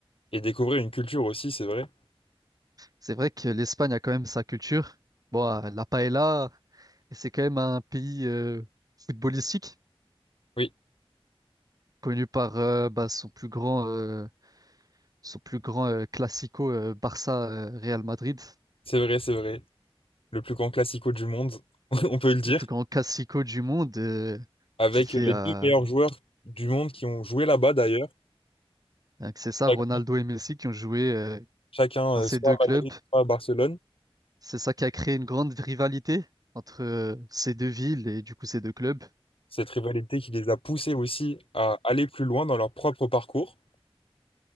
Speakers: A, on the left; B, on the right.
A: Et découvrir une culture aussi, c'est vrai.
B: C'est vrai que l'Espagne a quand même sa culture. Bon, euh, la paella, c'est quand même un pays euh, footballistique,
A: Oui,
B: connu par euh, bah, son plus grand, euh, son plus grand euh, classico euh, Barça-Real Madrid,
A: c'est vrai, c'est vrai. Le plus grand classico du monde, <laughs> on peut le dire.
B: le plus grand classico du monde, euh,
A: Avec
B: qui fait
A: les
B: euh,
A: deux meilleurs joueurs du monde qui ont joué là-bas d'ailleurs.
B: euh, que c'est ça,
A: Chac-
B: Ronaldo et Messi qui ont joué euh,
A: Chacun,
B: dans
A: euh,
B: ces
A: soit
B: deux
A: à
B: clubs.
A: Madrid, soit à Barcelone.
B: C'est ça qui a créé une grande rivalité entre euh, ces deux villes et du coup ces deux clubs.
A: Cette rivalité qui les a poussés aussi à aller plus loin dans leur propre parcours.